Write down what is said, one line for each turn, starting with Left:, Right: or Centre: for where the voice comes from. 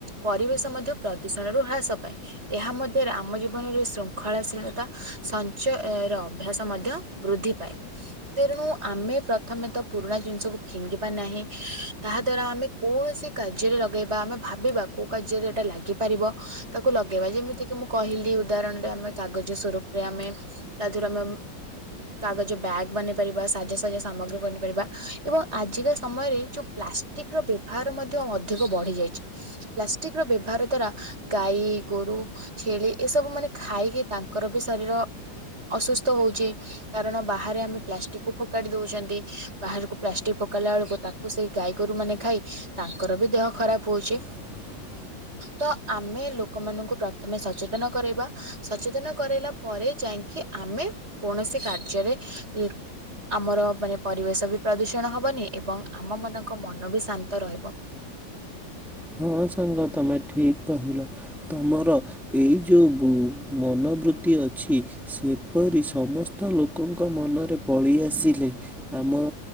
Right: ପରିବେଶ ମଧ୍ୟ ପ୍ରଦୂଷଣରୁ ହ୍ରାସ ପାଏ ଏହା ମ ଆମ ଜୀବନରେ ଶୃଙ୍ଖଳାଶୀଳତା ସଞ୍ଚୟ ର ଅଭ୍ୟାସ ମଧ୍ୟ ବୃଦ୍ଧି ପାଏ। ତେଣୁ ଆମେ ପ୍ରଥମେତ ପୁରୁଣା ଜିନିଷକୁ ଫିଙ୍ଗିବା ନାହିଁ ତାହା ଦ୍ଵାରା ଆମେ କୌଣସି କାର୍ଯ୍ୟରେ ଲଗେଇବା ଆମେ ଭାବିବା କୋଉ କାର୍ଯ୍ୟରେ ଏଟା ଲାଗିପାରିବ ତାକୁ ଲଗେଇବା ଯେମି ଏତିକି ମୁଁ କହିଲି ଉଦାହରଣରେ ଆମେ କାଗଜ ସ୍ଵରୂପରେ ଆମେ ତାଦେହରୁ ଆମେ କାଗଜ ବ୍ୟାଗ୍ ବନେଇ ପାରିବା ସାଜାସଜ ସାମଗ୍ରୀ ବନେଇ ପାରିବା ଏବଂ ଆଜିକା ସମୟରେ ଯୋ ପ୍ଲାଷ୍ଟିକିର ବ୍ୟବହାର ମଧ୍ୟ ଅଧିକ ବଢି ଯାଇଚି ପ୍ଲାଷ୍ଟିକର ବ୍ୟବହାର ଦ୍ଵାରା ଗାଈ ଗୋରୁ ଛେଳି ଏସବୁ ମାନେ ଖାଇକି ତାଙ୍କରବି ଶରୀର ଅସୁସ୍ଥ ହଉଚି କାରଣ ବାହାରେ ଆମେ ପ୍ଲାଷ୍ଟିକକୁ ଫୋପାଡ଼ି ଦଉଚନ୍ତି ବାହାରକୁ ପ୍ଲାଷ୍ଟିକ ଫୋକାଡ଼ିଲା ବେଳକୁ ତାକୁ କୁ ସେଇ ଗାଈ ଗୋରୁ ମାନେ ଖାଇ ତାଙ୍କରବି ଦେହ ଖରାପ୍ ହଉଚି।
Centre: <inaudible>
Right: ତ ଆମେ ଲୋକମାନଙ୍କୁ ପ୍ର ତମେ ସଚେତନ କରାଇବା ସଚେତନ କରାଇଲା ପରେ ଯାଇକି ଆମେ କୌଣସି କାର୍ଯ୍ୟରେ ଇଁ ଆମର ମାନେ ପରିବେଶବି ପ୍ରଦୂଷଣ ହବନି ଏବଂ ଆମ ମାନଙ୍କ ମନବି ଶାନ୍ତ ରହିବ।
Centre: ହଁ ସାଙ୍ଗ ତମେ ଠିକ୍ କହିଲ ତମର ଏଇ ଯୋଉ ବୋଉ ମନୋବୃତ୍ତି ଅଛି। ସେପରି ସମସ୍ତ ଲୋକଙ୍କ ମନରେ ପଳେଇ ଆସିଲେ ଆମ